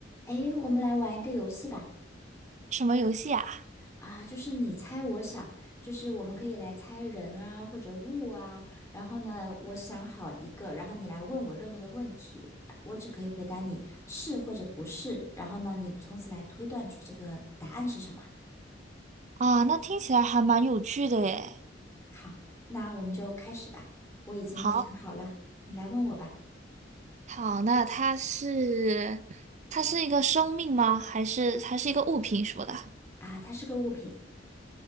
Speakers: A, on the left; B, on the right.
A: 诶，我们来玩一个游戏吧。
B: 什么游戏啊？
A: 啊，就是你猜我想，就是我们可以来猜人啊，或者物啊。然后呢，我想好一个，然后你来问我任何的问题，我只可以回答你是或者不是。然后呢，你从此来推断出这个答案是什么。
B: 啊，那听起来还蛮有趣的耶。
A: 好，那我们就开始吧。我已经想好了，
B: 好，
A: 你来问我吧。
B: 好，那它是它是一个生命吗？还是还是一个物品什么的？
A: 啊，它是个物品。